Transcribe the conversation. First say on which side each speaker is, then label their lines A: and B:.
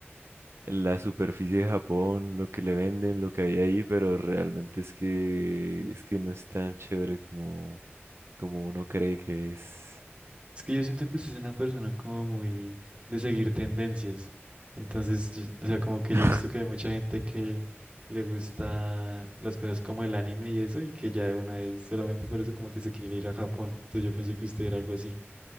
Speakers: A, on the right; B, on the right.
A: la superficie de Japón, lo que le venden, lo que hay ahí, pero realmente es que, es que no es tan chévere como... como uno cree que es.
B: Es que yo siento que usted es una persona como muy de seguir tendencias. Entonces, yo- o sea, como que
A: <laughs>
B: yo he visto que hay mucha gente que le gusta las cosas como el anime y eso, y que ya de una vez solamente por eso como que se quieren ir a Japón. Entonces yo pensé que usted era algo así.